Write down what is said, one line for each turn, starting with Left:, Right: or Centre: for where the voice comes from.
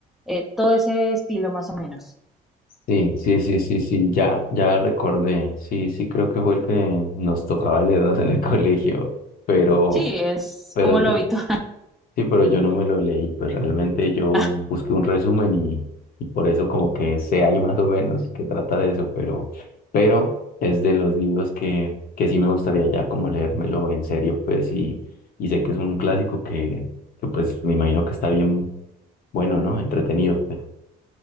Centre: eh, todo ese estilo más o menos.
Left: Sí, sí, sí, sí, sí, ya, ya recordé. Sí, sí, creo que fue el que nos tocaba leernos en el <laughs> colegio, pero,
Centre: Sí, es
Left: pero
Centre: como lo habitual. <laughs>
Left: Sí, pero yo no me lo leí, pues realmente yo
Centre: Ah,
Left: busqué un resumen y, y por eso como que sé ahí más o menos que trata de eso, pero, pero es de los libros que, que sí me gustaría ya como leérmelo en serio, pues, y, y sé que es un clásico que, que pues me imagino que está bien bueno, ¿no? Entretenido, pues.